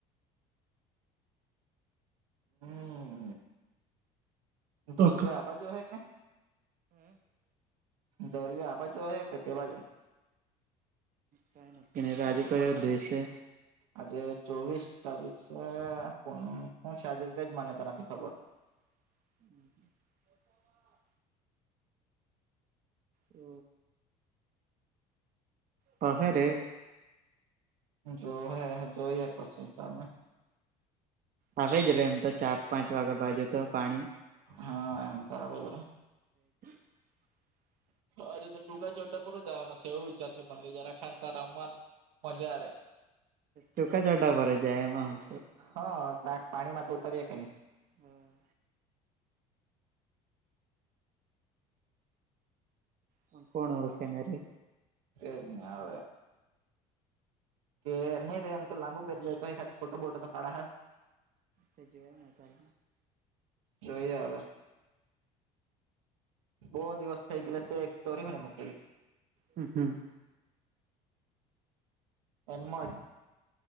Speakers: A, on the right; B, on the right.
A: હમ દરિયો
B: કઈ
A: આ બાજુ હે કે દરિયો આ બાજુ હે કે તે બાજુ
B: કાય નક્કી નઇ એ બાજુ તો દૂર છે.
A: આજે ચોવીસ તારીખ છે શું છે, આજેજ માન્યતા નથી ખબર
B: હમ્ હ હ હા હે રે
A: જો હે જોઈએ પછી સામે
B: આવે જ રે એમ તો ચાર પાંચ વાગ્યા બાજુ તો પાણીજ
A: હા એમ તો આવે જરા
B: <unintelligible>
A: હજુ તો ટૂંકા ચોડા પર જવાનો છે, એવુ વિચારશે મને જયરા ખાન ત રમાન મજા આવે
B: ચોખા ચાડા ભરે જાય એમાં હુ, તો
A: હા પાણી માં તો ઉતરીએ કે નઈ
B: હમ્મ પણ કોણ ઓળખે ના રે
A: એજ ને હવે કે નહી રે એમ તો લંબુ પેરલા તો એકાદ ફોટા બોટો તો પડાહે
B: તેજ તાર
A: જોઈએ હવે બહુ દિવસ થઈ ગયેલા એક્ સ્ટોરી મે નહિ મૂકલી
B: હમ્મ
A: એમાં જ